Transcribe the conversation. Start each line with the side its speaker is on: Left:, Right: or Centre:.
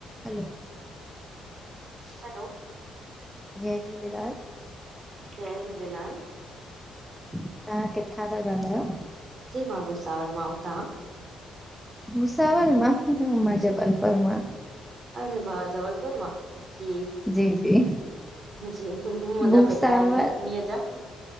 Centre: हलो
Right: hello
Centre: जय झूलेलाल
Right: जय झूलेलाल
Centre: तव्हां किथां था ॻाल्हायो?
Right: जी मां भुसावल आ अंऊ तव्हां?
Centre: भुसावल मां, मा
Right: जी
Centre: जबलपुर मां।
Right: अरे वा जबलपुर मां ठी
Centre: जी जी
Right: जी मुंहिंजा
Centre: भूसावल
Right: पेका आहिनि कटनीअ जा।